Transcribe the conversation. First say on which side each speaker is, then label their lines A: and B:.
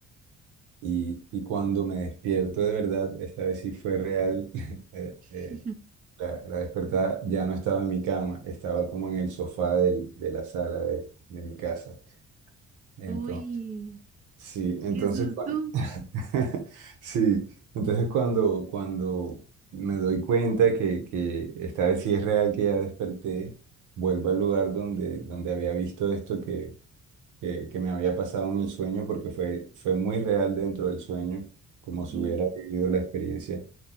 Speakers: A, on the right; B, on the right.
A: Y, y cuando me despierto de verdad, esta vez sí fue real, <laughs> eh,
B: <laughs>
A: eh, la, la despertada ya no estaba en mi cama, estaba como en el sofá del- de la sala de, de mi casa. Entonces,
B: Uy,
A: sí, entonces,
B: qué susto.
A: cuan- <laughs> sí, entonces cuando, cuando me doy cuenta que, que esta vez sí es real que ya desperté, vuelvo al lugar donde, donde había visto esto que que, que me había pasado en el sueño porque fue, fue muy real dentro del sueño, como si
B: Sí,
A: hubiera vivido la experiencia.